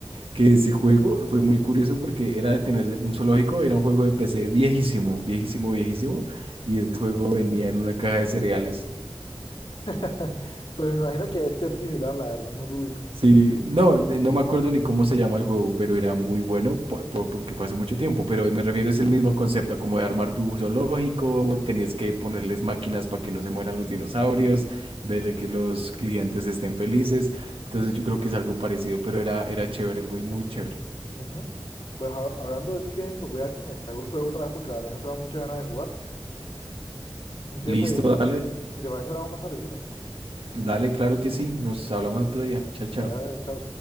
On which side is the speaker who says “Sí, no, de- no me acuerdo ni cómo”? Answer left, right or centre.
Right